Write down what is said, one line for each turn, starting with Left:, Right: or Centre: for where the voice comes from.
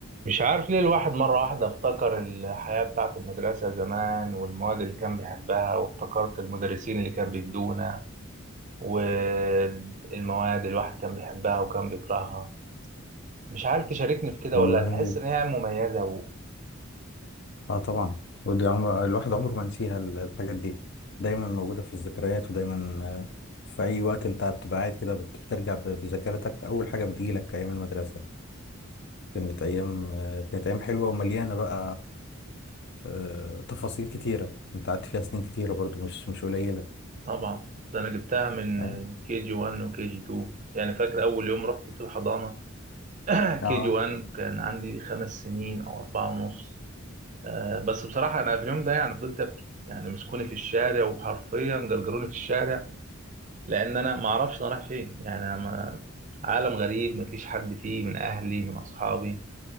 Right: مش عارف ليه الواحد مرة واحدة افتكر الحياة بتاعة المدرسة زمان والمواد اللي كان بيحبها وافتكرت المدرسين اللي كان بيدونا والمواد اللي الواحد كان بيحبها وكان بيكرهها مش عارف تشاركني في كده
Left: والله
Right: ولا تحس إن هي مميزة و...
Left: اه طبعا ودي عمر الواحد عمره ما ينسيها ال- الحاجات دي دايما موجودة في الذكريات ودايما آه، في أي وقت أنت بتبقى قاعد كده بت- بترجع ب- بذاكرتك أول حاجة بتجيلك أيام المدرسة كانت أيام آه، كانت أيام حلوة ومليانة بقى آه، تفاصيل كتيرة أنت قعدت فيها سنين كتيرة برضو مش مش قليلة
Right: طبعا ده أنا جبتها من
Left: اه
Right: كي جي 1 وكي جي 2 يعني فاكر أول يوم رحت في الحضانة
Left: اه
Right: كي جي 1 كان عندي خمس سنين أو أربعة ونص آه، بس بصراحة أنا في اليوم ده يعني فضلت أبكي يعني مسكوني في الشارع وحرفيا جرجروني في الشارع لان انا ما اعرفش انا رايح فين يعني انا ما عالم غريب ما فيش حد فيه من اهلي من اصحابي